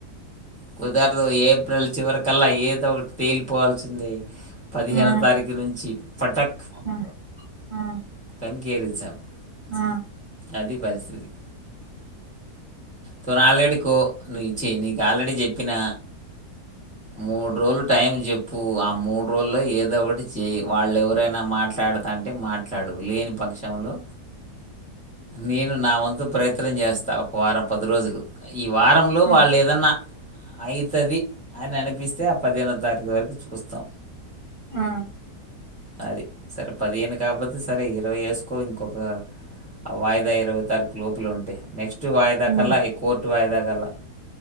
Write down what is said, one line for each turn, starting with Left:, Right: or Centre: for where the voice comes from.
Centre: కుదరదు ఏప్రిల్ చివరకల్లా ఏదో ఒక తేలిపోవాల్సిందే పదిహేనో
Right: ఆ! ఆ!
Centre: తారీఖు నుంచి పటక్
Right: ఆ! ఆ
Centre: అన్కీరించాం <unintelligible>
Right: ఆ
Centre: అదీ పరిస్థితి తను ఆల్రెడీ కో నువిచ్చే నీకు ఆల్రెడీ చెప్పిన మూడు రోజులు టైం చెప్పు అ మూడు రోజుల్లో ఏదో ఓటి చేయి వాళ్ళు ఎవరైనా మాట్లాడతాంటే అంటే మాట్లాడు లేని పక్షంలో నేను నా వంతు ప్రయత్నం జేస్తా ఒక వారం పది రోజులు ఈ వారంలో
Right: ఆ!
Centre: వాళ్ళు ఏదన్నా అఇతది అని అనిపిస్తే ఆ పదిహేనో తారీఖు వరకు చూస్తాం
Right: ఆ
Centre: అది సరె పదిహేను కాకపోతే సరే ఇరవై ఏసు కో ఇంకొక వాయిదా ఇరవయ్యో తారీకు లోపల ఉంటే నెక్స్ట్ వాయిదా
Right: హ్మ్.
Centre: కల్లా హైకోర్టు వాయిదా గల